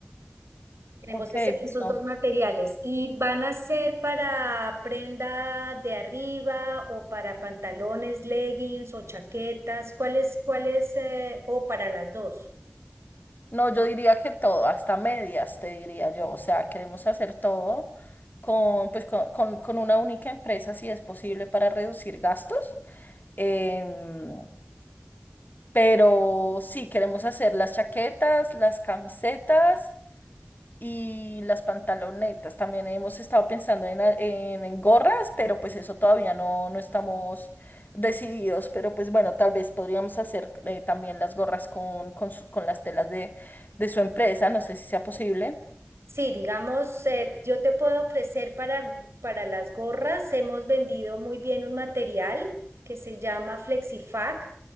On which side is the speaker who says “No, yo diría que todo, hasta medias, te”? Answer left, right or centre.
Left